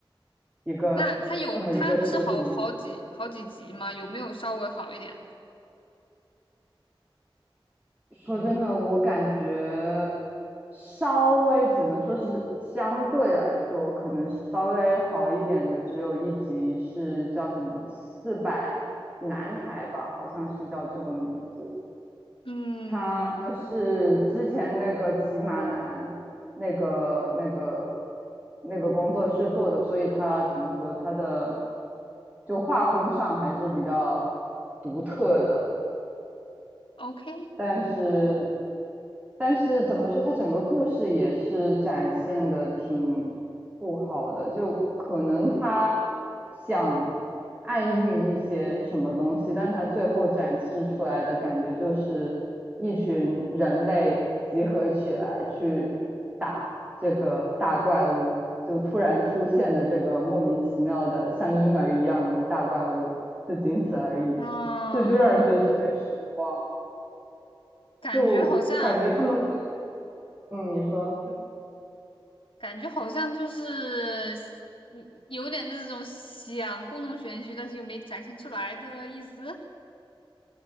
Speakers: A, on the right (about 15°); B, on the left (about 75°).
A: 一个这么一个视频。
B: 那他有他不是好好几好几集吗？有没有稍微好一点？
A: 说真的，我感觉稍微只能说是相对来说，可能稍微好一点的，只有一集是叫什么《四百男孩》吧，好像是叫这个名字。
B: 嗯
A: 他是之前那个骑马兰那个那个那个工作室做的，所以他怎么说他的就画风上还是比较独特的。
B: ，OK，
A: 但是，但是怎么说，它整个故事也是展现的挺不好的，就可能他想暗喻一些什么东西，但他最后展示出来的感觉就是一群人类集合起来去打这个大怪物，就突然出现的这个莫名其妙的像婴儿一样的大怪物，就仅此而已，
B: 啊，
A: 所以就让人觉得特别失望。
B: 感觉好像，
A: 就感觉他们没嗯，你说，
B: 嗯，感觉好像就是，嗯，有点这种想故弄玄虚，但是又没展现出来的意思，